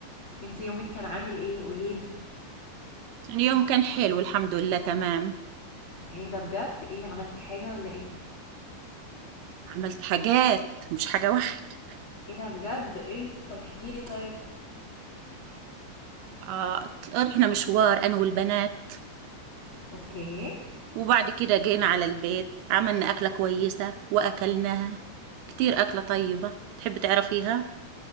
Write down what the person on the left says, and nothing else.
أنتِ يومك كان عامل إيه؟ قولي لي.
ايه ده بجد ايه عملتي حاجة ولا ايه
ايه ده بجد ايه طب احكي لي طيب
اوكي